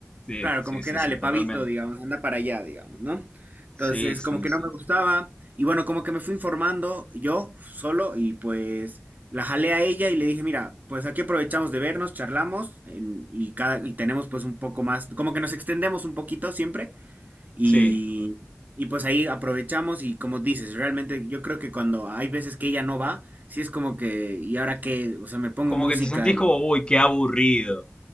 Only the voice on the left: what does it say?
Sí,
sí,
sí,
sí, totalmente.
Sí, sí,
sí.
Sí.
Como
que te sentís como, uy, qué aburrido.